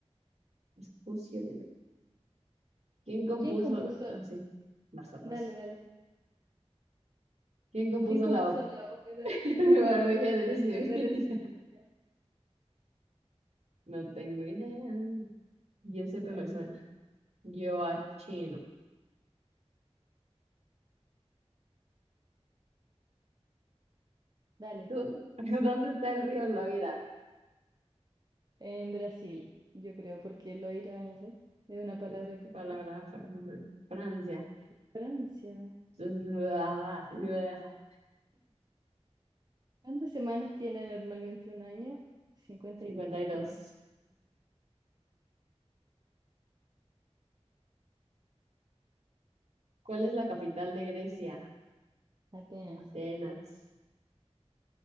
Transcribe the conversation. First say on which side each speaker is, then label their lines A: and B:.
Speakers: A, on the right; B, on the right.
A: Vespucci Liberty. ¿Quién compuso?
B: ¿quién compuso?
A: Ah, sí, vas, vas,
B: Dale,
A: vas.
B: dale.
A: ¿Quién compuso
B: ¿Quién compuso
A: la ópera
B: la ópera
A: <laughs>
B: del
A: de Barbella
B: ba-
A: de
B: El
A: Sevilla?
B: Barbero de Sevilla?
A: <laughs> No tengo idea. Giuseppe
B: George.
A: me suena. Gioachino.
B: Dale.
A: ¿Tú? <laughs> ¿Dónde está el río Loira?
B: En Brasil, yo creo, porque loira, no sé, es una palabra
A: Es
B: en portugués.
A: Palabra fra- <laughs> ajá, Francia.
B: Francia.
A: Entonces, Loira, Loira.
B: ¿Cuántas semanas tiene normalmente un año? 52,
A: 52.
B: creo.
A: ¿Cuál es la capital de Grecia?
B: Atenas,
A: Atenas.